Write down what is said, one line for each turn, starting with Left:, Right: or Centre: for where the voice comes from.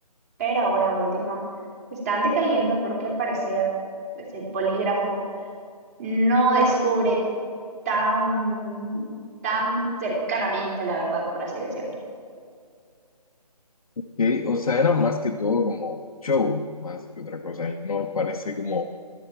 Right: pero ahora último están decayendo porque al parecer pues el polígrafo no descubre tan, tan cercanamente la verdad, por así decirlo.
Left: Que, o sea, era más que todo como show, más que otra cosa y no parece como